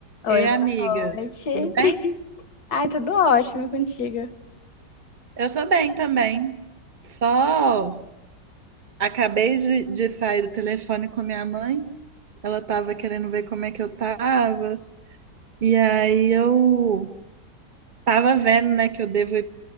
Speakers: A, on the left; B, on the right.
A: Oi,
B: Ei, amiga,
A: boa noite.
B: tudo bem?
A: <laughs> Ai, tudo ótimo contigo.
B: Eu tô bem também. Só acabei de, de sair do telefone com minha mãe. Ela tava querendo ver como é que eu tava. E aí eu tava vendo, né, que eu devo ir,